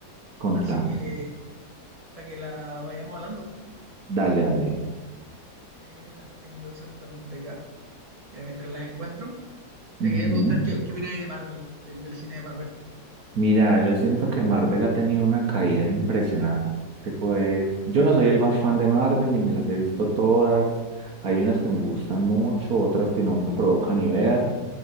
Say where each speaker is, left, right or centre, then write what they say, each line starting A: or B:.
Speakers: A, on the right (about 60°); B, on the right (about 20°).
A: contame.
B: así que para que la vayamos hablando,
A: Dale, dale.
B: Eh, las tengo exactamente acá. Mira, mientras las encuentro, te
A: Ujú.
B: quería preguntar qué, qué opináis de Marvel, del, del cine de Marvel.
A: Mira, yo siento que Marvel ha tenido una caída impresionante. Pues, yo no soy el más fan de Marvel, ni me las he visto todas. Hay unas que me gustan mucho, otras que no me provocan ni ver.